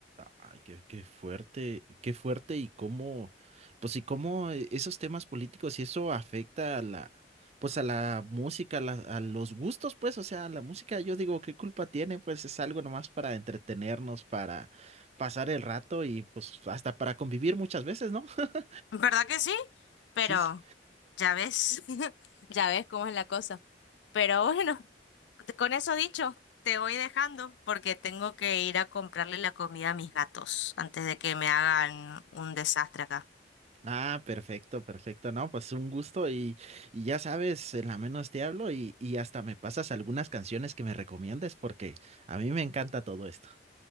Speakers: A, on the right; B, on the left.
A: Ay, qué, qué fuerte, qué fuerte y cómo, pues y cómo eh, esos temas políticos y eso afecta a la, pues a la música, a, la- a los gustos, pues, o sea, la música, yo digo, ¿qué culpa tiene? Pues es algo nomás para entretenernos, para pasar el rato y pues hasta para convivir muchas veces, ¿no? <laughs>
B: ¿Verdad que sí? Pero
A: Sí. sí.
B: ya ves, <laughs> ya ves cómo es la cosa. Pero bueno, con eso dicho, te voy dejando porque tengo que ir a comprarle la comida a mis gatos antes de que me hagan un desastre acá.
A: Ah, perfecto, perfecto. No, pues un gusto y, y ya sabes, en la menos te hablo y, y hasta me pasas algunas canciones que me recomiendes porque a mí me encanta todo esto.